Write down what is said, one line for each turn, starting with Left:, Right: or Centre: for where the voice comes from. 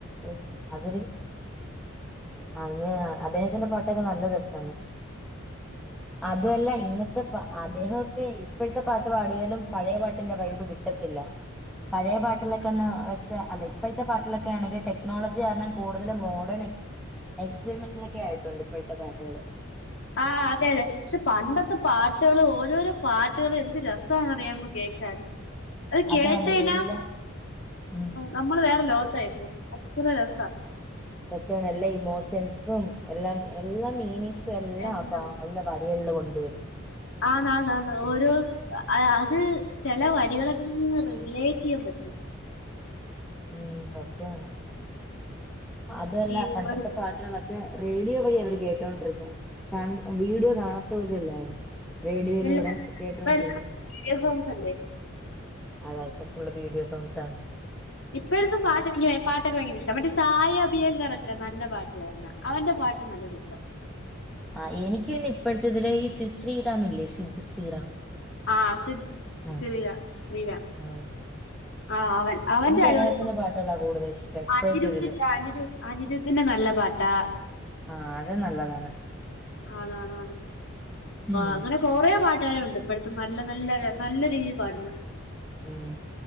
Centre: ഓ അവര് അങ്ങ അദ്ദേഹത്തിന്റെ പാട്ടൊക്കെ നല്ല രസാണ് അതുമല്ല ഇന്നത്തെ അദ്ദേഹോക്കെ ഇപ്പോഴത്തെ പാട്ട് പാടിയാലും പഴയ പാട്ടിന്റെ വൈബ് കിട്ടത്തില്ല പഴയ പാട്ടിലൊക്കെന്ന് അല്ല ഇപ്പോഴത്തെ പാട്ടിലൊക്കെ ആണെങ്കിൽ ടെക്നോളജി കാരണം കൂടുതലും മോഡേൺ എക്സ്പെരിമെന്റിലൊക്കെ ആയിട്ടുണ്ട് ഇപ്പോഴത്തെ പാട്ടുകള്
Left: ആ് അതെ അതെ പക്ഷെ പണ്ടത്തെ പാട്ടുകൾ ഓരോരോ പാട്ടുകള് എന്ത് രസ അറിയാമോ കേൾക്കാൻ അത് കേട്ടയ്ഞ്ഞാൽ
Centre: അതാണ് എല്ലാ ഉം
Left: നമ്മള് വേറെ ലോകത്തായിപ്പോവും അത്ര രസ
Centre: സത്യമാണ് എല്ലാ ഇമോഷൻസും എല്ലാം എല്ലാ മീനിങ്സ എല്ലാം
Left: എന്താ
Centre: അപ്പ നല്ല വരികളിൽ കൊണ്ടുവരും
Left: ആന്നാന്നാന്ന്
Centre: എ
Left: ഓരോ അത് ചില വരികളെക്കന്ന് റിലേറ്റ് യ്യാൻ പറ്റൂ
Centre: ഉം സത്യാണ് അതല്ല
Left: ഈ
Centre: പണ്ടത്തെ
Left: ഓരോ
Centre: പാട്ടുകളൊക്കെ റേഡിയോ വഴി അവർ കേട്ടോണ്ടിരുന്ന വീഡിയോ കാണാത്ത പോലും ഇല്ലായിരുന്നു റേഡിയോയിലൂടെ
Left: എല്ലാ
Centre: കേട്ടൊണ്ടിരുന്നു
Left: ഇപ്പ എല്ലാം വീഡിയോ സോങ്ങ്സ് അല്ലേ
Centre: അതാ ഇപ്പ ഫുള് വീഡിയോ സോങ്‌സ് ആണ്
Left: ഇപ്പഴത്തും പാട്ട് എനിക്ക് പാട്ടൊക്കെ ഭയങ്കര ഇഷ്ടം മറ്റേ സായ അഭിയങ്കർക്കെ നല്ല പാട്ട് താരുന്നു അവന്റെ പാട്ട് നല്ല രസം
Centre: ആഹ് എനിക്ക് പിന്നെ ഇപ്പോഴത്തെ ഇതില ശ്രീറമ ഇല്ലേ സിദ്ധ ശ്രീറാം
Left: ആഹ്
Centre: ആ
Left: ശരിക ശ്രീക
Centre: ഉം
Left: ആഹ് അവൻ അവന്റെ
Centre: എനിക്ക്
Left: അടിപൊളി
Centre: അദ്ദേഹത്തിന്റെ പാട്ടുകളാ കൂടുതൽ ഇഷ്ടം ഇപ്പോഴത്തെ
Left: അനിരുധിന്റെ
Centre: ഇതില്
Left: അനിരു അനിരുദ്ധന്റെ നല്ല പാട്ടാ
Centre: ആഹ് അത് നല്ലതാണ്
Left: ആണ് ആണ്
Centre: ഉം
Left: അങ്ങനെ കൊറെ പാട്ടുകാര ഉണ്ട് ഇപ്പള്ത്തും നല്ല നല്ല നല്ല രീതിയിൽ പാടുന്ന
Centre: ഉം